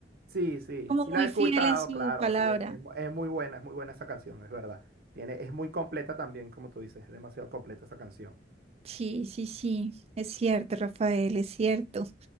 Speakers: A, on the right; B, on the right.
A: Sí, sí,
B: como
A: sí la
B: muy
A: he escuchado,
B: fiel en su
A: claro,
B: palabra.
A: sí, es, mu- es muy buena, es muy buena esa canción, es verdad. Tiene, es muy completa también, como tú dices, es demasiado completa esa canción.
B: Sí, sí, sí, es cierto, Rafael, es cierto.